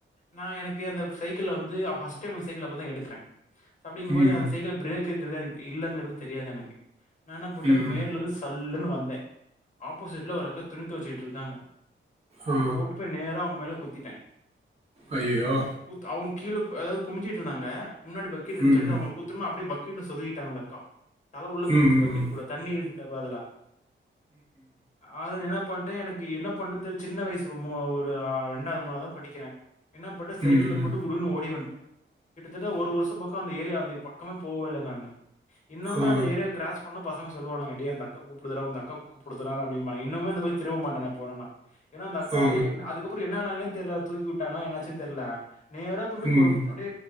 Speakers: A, on the left; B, on the right.
A: நா எனக்கு அந்த சைிக்கிள்ல வந்து ஆ ஃபஸ்ட் டைம் அந்த சைக்கிள அப்பதா எடுக்குற அப்டிங்போது
B: ம்.
A: அந்த சைக்கிள்ல ப்ரே க் இருக்கறதா எனக் இல்லங்கறது தெரியாது எனக்கு நா என்ன பண்ட்ட
B: ம்.
A: மேடுல இருந்து சல்லுனு வந்த ஆப்போசிட்ல ஒரு அக்கா துணி தொவச்சிட்டுருக் காங்க
B: ஆ.
A: கொண்டு போய் நேரா அவங்க மேல குத்திட்ட
B: அய்யயோ
A: குத் அவங்க கீழ அதாவது குமிஞ்சிட்டு இருந்தாங்க முன்னாடி பக்கிட்டு இருந்துச்சு
B: ம்.
A: அவங்க குத்துமா அப்டி பக் வீட்ல சொருகிட்டாங்க அந்த அக்கா தல உள்ள போயிட்ச்சு
B: ம்.
A: பக்கெட்டுகுள்ள தண்ணி த்த பதிலா அது என்னனா இப்பண்ட்டு எனக்கு என்ன பண்ணு தெர் சின்ன வயசு ஒரு ஆ ரெண்டாது மூணாது தா படிக்கிற என்ன பண்ண சைக்கிள
B: ம்.
A: போட்டு குடுனு ஓடி வண்ட்ட கிட்டத்தட்ட ஒரு வருஷோ பக்கோ அந்த ஏரியா அந்த பக்கமே போவல நானு இன்னம்மே
B: ஆ.
A: அந்த ஏரியா க்ரஸ் பண்ணா பசங்க சொல்லுவாங்கட்ட அந்தக்க கூப்பிடுறதா அக்கக்கு கூப்பிடுறா தா அப்படிபாங்க இன்னமே அந்தக்கம் திரும்ப மாட்டோ போனேனா ஏன்னா அந்த அக்கா
B: ஆ.
A: என் அதுக்கப்புறம் என்ன ஆனான்னு தெரியல தூக்கி விட்டாங் என்னாச்சன்னு தெரியல <inaudible> நேர அப்ப இப்படி
B: ம்.
A: அப்படி